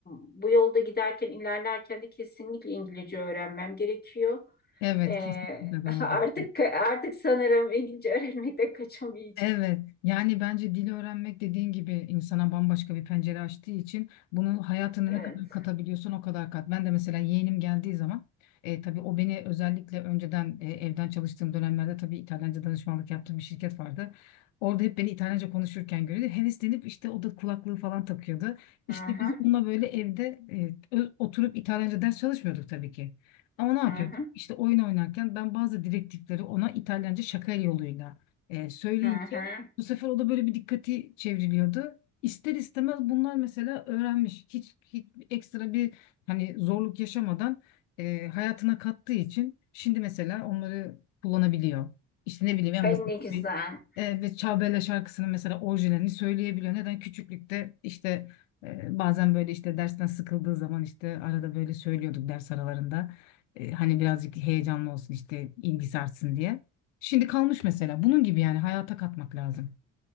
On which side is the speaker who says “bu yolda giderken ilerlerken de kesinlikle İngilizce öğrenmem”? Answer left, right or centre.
Left